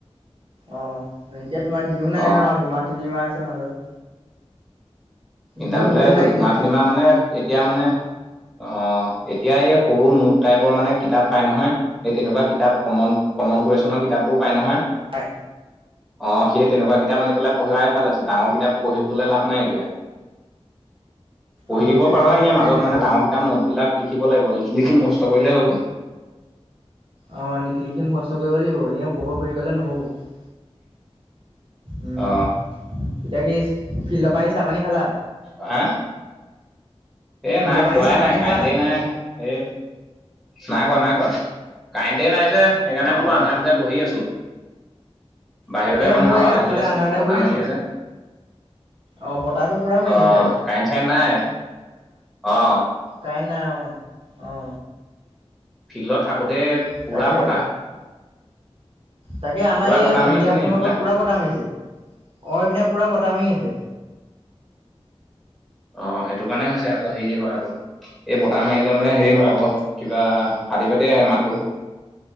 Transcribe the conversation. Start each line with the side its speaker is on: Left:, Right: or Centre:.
Right: অ এতিয়া তোমাৰ দিনো নাই
Centre: অ
Right: নহয় আৰু দুমাহ তিনিমাহ আছে মাজত।
Centre: ইণ্টাৰভিউ
Right: দিন বহুত
Centre: লে টো
Right: লাগিছিলে
Centre: দুমাহ তিনিমাহ মানে এতিয়া মানে। অ এতিয়া এই সৰু নোট টাইপৰ মানে কিতাপ পাই নহয়। এই তেনেকুৱা কিতাপ কমন কমন কূৱেশচনৰ কিতাপবোৰ পায় নহয়।
Right: হয়।
Centre: অ সেই তেনেকুৱা কিতাপ আনি পেলাই পঢ়াই ভাল আছে ডাঙৰ কিতাপ পঢ়িবলৈ লাভ নাই এতিয়া পঢ়ি
Right: অ
Centre: দিব
Right: তেনেকুৱা
Centre: পাৰো
Right: কিতাপেই
Centre: এনে মাজত
Right: আনিব
Centre: মানে
Right: লাগিব
Centre: ডাঙৰ কিতাপ নোটবিলাক লিখিব লাগিব লিখি লিখি মুখস্থ কৰিলে হৈ গ'ল।
Right: অ লিখি লিখি মুখস্থ কৰিব লাগিব এনেও ওপৰে ওপৰে পঢ়ি গ'লেও নহ'ব। উম
Centre: অ
Right: এতিয়া কি ফিল্ডৰ পৰা আহি চাহ পানী খালা।
Centre: আ। এ
Right: ফিল্ডৰ
Centre: নাই
Right: পৰা
Centre: খোৱাই
Right: আহি চাহ পানী
Centre: নাই
Right: খালা
Centre: কাৰেন্টেই নাই এ। নাই খোৱা
Right: অ'।
Centre: নাই খোৱা কাৰেণ্টে নাই যে সেইকাৰণে
Right: অ',
Centre: বোলো আন্ধাৰে
Right: অ',
Centre: মুন্ধাৰে বহি আছো। বাহিৰতে
Right: তাকে
Centre: অকণ
Right: মই
Centre: হাৱা
Right: এই আগফালে
Centre: লাগি আছে
Right: আন্ধাৰে আন্ধাৰে
Centre: বতাহ
Right: বহি আছোঁ।
Centre: মাৰি আছে।
Right: অ', বতাহটো পুৰা মাৰি
Centre: অহ
Right: আছে আৰু
Centre: কাৰেন্ট চাৰেন্ট নাই অ।
Right: কাৰেন্ট নাই অ অ।
Centre: ফিল্ডত থাকোতে। পুৰা
Right: তাকে
Centre: বতাহ
Right: তাকে আমাৰ
Centre: পুৰা
Right: এই
Centre: বতাহ
Right: সন্ধিয়া
Centre: মাৰি আছে নি
Right: সময়ৰ
Centre: সেইফালে
Right: পৰা পূৰা বতাহ মাৰিছে। অঁ এইপিনে পুৰা বতাহ মাৰি আছে।
Centre: অ সেইটো কাৰণে হৈছে আকৌ হেৰি হয় আকৌ এই বতাহ মাৰিলে মানে হেৰি
Right: অ',
Centre: হয় আকৌ। কিবা ফাটি ফাটি আহে মাতটো।